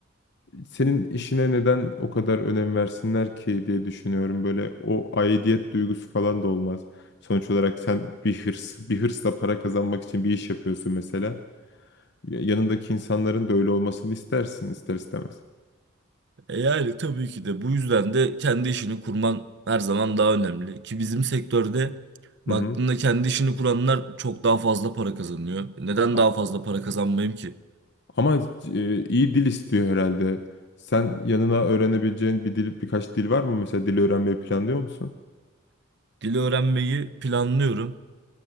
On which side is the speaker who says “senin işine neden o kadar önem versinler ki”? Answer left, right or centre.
Left